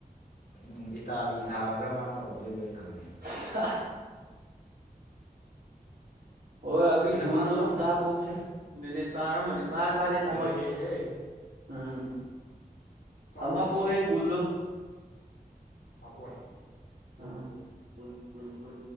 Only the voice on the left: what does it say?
ꯎꯝ ꯏꯇꯥꯂꯤ ꯊꯥꯔꯒ ꯃꯥꯅ ꯇꯧꯔꯝꯗꯣꯏꯗ ꯑꯩꯅ ꯈꯪꯉ
ꯃꯤꯅꯠ
ꯐꯥꯔꯕ ꯌꯦꯡꯉꯣ
ꯃꯤꯅꯠ
ꯍꯦꯜꯂꯦꯍꯦ
ꯀꯛꯎ
ꯍꯥꯄꯣꯏ